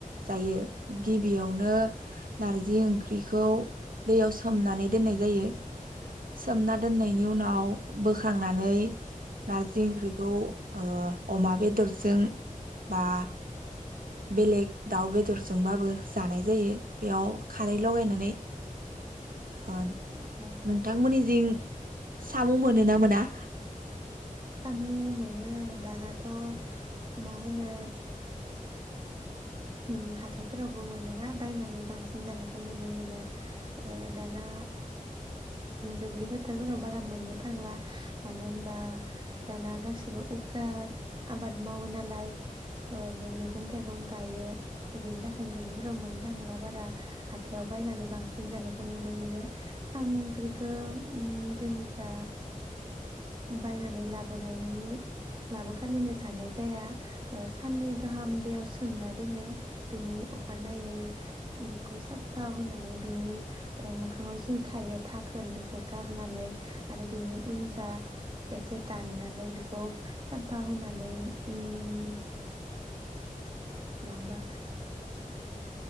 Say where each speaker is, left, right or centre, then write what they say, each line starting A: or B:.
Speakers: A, on the right; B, on the right.
A: जायो गिबियावनो नार्जि ओंख्रिखौ दैयाव सोमनानै दोननाय जायो सोमना दोननायनि उनाव बोखांनानै नारजि ओंख्रिखौ ओ अमा बेदरजों बा बेलेग दाउ बेदरजोंबाबो जानाय जायो बेयाव खारै‌ लगायनानै ओद
B: जायो?
A: नोंथांमोननि जिं सामु मोनो ना मोना?
B: साम मोनो। दानाथ मा होनो? ओम हाथायफोरावबो मोनोना बायनानै बांसिन जानायखौ नुनो मोनो ओ दाना दुब्लि फोथारफोराव बारा मोननो थांला मानो होनबा दाना गासिबो उफ्रा आबाद मावो नालाय ओ बे मैगं थाइगं गायो। बेनि थाखायनो दुब्लिफोराव मोननो थांला बारा हाथायाव बायनानै बांसिन जानायखौ नुनो मोनो सामग्रिखौ जोंनि जा बायनानै लाबोनायनि लाबो खालिनो जानाय जाया साननै गाहाम दैयाव सोमना दोनो। बिनि अखानायै बेखौ साफा हुनानै बिनि मोखाङाव जि थायो थाखोन बेखौ गारनानै आरो बिनि उन जा एसे दाननानै बेखौ साफा हुनानै उम। माबा।